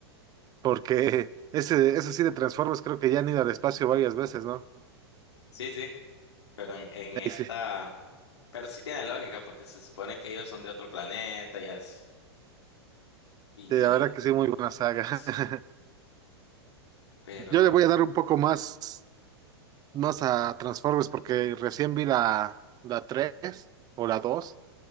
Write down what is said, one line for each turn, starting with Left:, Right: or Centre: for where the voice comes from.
Right: porque ese, ese sí de Transformers creo que ya han ido al espacio varias veces, ¿no?
Left: Sí, sí, pero en, en esta...
Right: Y sí, sí,
Left: Pero sí tiene lógica, porque se supone que ellos son de otro planeta y así. Y,
Right: la verdad que sí, muy buena
Left: y-
Right: saga.
Left: sí,
Right: <laughs>
Left: pero
Right: Yo le voy a dar un poco más, más a Transformers porque recién vi la, la 3 o la 2